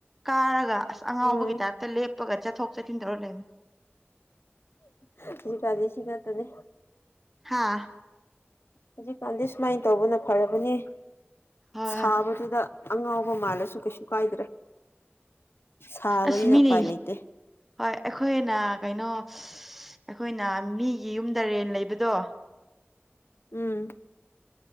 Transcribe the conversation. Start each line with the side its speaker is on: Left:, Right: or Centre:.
Centre: ꯀꯥꯔꯒ ꯑꯁ ꯑꯉꯥꯎꯕꯒꯤ
Left: ꯎꯝ
Centre: ꯇꯥꯏꯞꯇ ꯂꯦꯞ ꯄꯥꯒꯥ ꯆꯠꯊꯣꯛ-ꯆꯠꯁꯤꯟ ꯇꯔꯒꯥ ꯂꯩ
Left: ꯍꯧꯖꯤꯛ ꯀꯥꯟꯗꯤ ꯁꯤꯉꯥꯇꯅꯦ
Centre: ꯍꯥꯥ
Left: ꯍꯧꯖꯤꯛꯀꯥꯟꯗꯤ ꯁꯨꯃꯥꯏꯅ ꯇꯧꯕꯅ ꯐꯥꯕꯅꯦ
Centre: ꯍꯣꯏ
Left: ꯁꯥꯕꯗꯨꯗ ꯑꯉꯥꯎꯕ ꯃꯥꯜꯂꯁꯨ ꯀꯩꯁꯨ ꯀꯥꯏꯗ꯭ꯔꯦ ꯁꯥꯕꯅꯤꯅ
Centre: ꯑꯁ ꯃꯤꯅꯦ
Left: ꯎꯄꯥꯏ ꯂꯩꯇꯦ
Centre: ꯍꯣꯏ ꯑꯩꯈꯣꯏꯅ ꯀꯩꯅꯣ ꯁꯤꯁ ꯑꯈꯣꯏꯅ ꯃꯤꯒꯤ ꯌꯨꯝꯗ ꯔꯦꯟ ꯂꯩꯕꯗꯣ
Left: ꯎꯝ